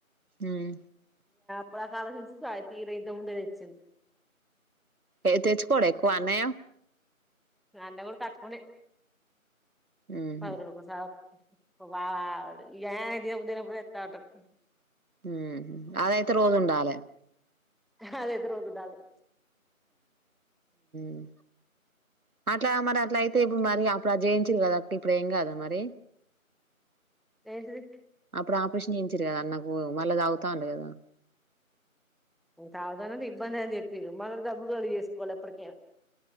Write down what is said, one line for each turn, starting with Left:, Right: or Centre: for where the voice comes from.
Right: హ్మ్
Centre: ఇప్పుడ్ దాక ఆలోచింద్ పాయి తీర్ ఇంత ఉండేద్ ఇచ్చింద్
Right: ఏ తెచ్కోడా ఎక్కువ అన్నయ్య
Centre: మీ అన్న కూడా తక్కునే
Right: మ్మ్ హ్మ్
Centre: అరుకు స వా ఎ దినపు దినపు ఏతా ఉంటారు
Right: మ్ అదైతే రోజ్ ఉండాలే
Centre: అదైతే రోజ్ ఉండాలే
Right: మ్ అట్లా మర్ అట్లయి తే ఇప్పుడ్ మరి అప్పుడ్ జేయించర్ కదా అక్క ఇప్పుడ్ ఏం కాదా మరి
Centre: ఏంటిది
Right: అప్పుడ్ ఆపరేషన్ చేయించిర్ కదా అన్నకు మళ్ళ తాగుతాండు కదా
Centre: దావ్కానా ఇబ్బంది అని చెప్పింరు మళ్ళీ డబ్బుల్గాడిగెస్కోవాలి ఎప్పట్కే